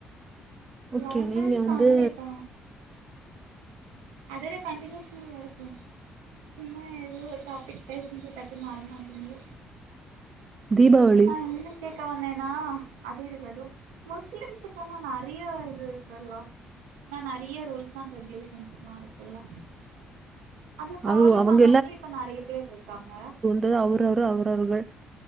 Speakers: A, on the right; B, on the right.
A: ஓகே
B: லெவன்
A: நீங்க
B: மின்ஸ் தாண்டனே
A: வந்து
B: <unintelligible> அதோட கண்டினியூஷ்மே வேர்ட்டுன் சும்மா எதோ ஒரு டாப்பிக் பேசும்போத் டக்குன் வர மாட்டிங்கே
A: தீபாவளி
B: நா என்னக் கேக்க வந்தேனா அது இருகட்டு முஸ்லிம்ஸுக்கான நெறைய இது இருக்கல்லா எனா நெறைய ரூல்ஸ் அண்ட் ரெகுலேஷன்ஸ்லா இருக்குல்லா அத ஃபாலோ
A: அது அவங்க
B: பண்ணாம்லே இப்ப நெறைய பேர்ருக்காங்க
A: து அவுரவுரு அவுரவுர்கள்